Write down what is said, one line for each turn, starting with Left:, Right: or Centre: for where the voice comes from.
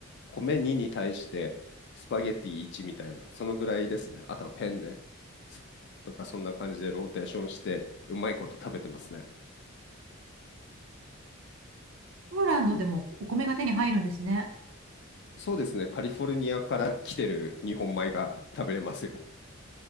Left: 米2に対してスパゲッティ1みたいな、そのぐらいですね。あとはペンね。スとかそんな感じでローテーションしてうまいこと食べてますね。
Right: ポーランドでもお米が手に入るんですね。
Left: そうですね。カリフォルニアから来てる日本米が食べれますよ。